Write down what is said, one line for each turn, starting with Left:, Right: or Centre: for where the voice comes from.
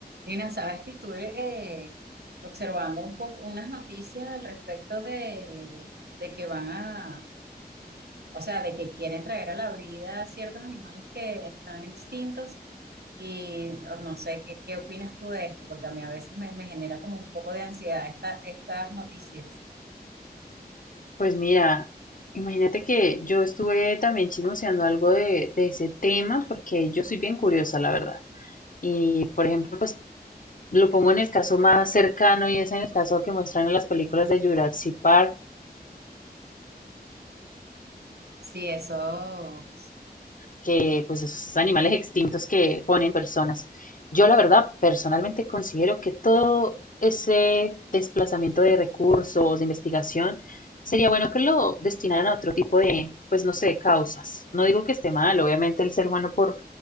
Right: Lina, sabes que estuve eh, observando un poco unas noticias al respecto de, de que van a, o sea, de que quieren traer a la vida ciertos animales que están extintos y o no sé qué, qué opinas tú de esto, porque a mí a veces me, me genera como un poco de ansiedad esta- estas noticias.
Left: Pues mira, imagínate que yo estuve también chismoseando algo de, de ese tema porque yo soy bien curiosa, la verdad. Y, por ejemplo, pues lo pongo en el caso más cercano y es en el caso que muestran en las películas de Jurassic Park.
Right: Sí, eso,
Left: que pues esos animales extintos que ponen personas. Yo la verdad personalmente considero que todo ese desplazamiento de recursos, de investigación, sería bueno que lo destinaran a otro tipo de, pues no sé, causas. No digo que esté mal, obviamente el ser humano por,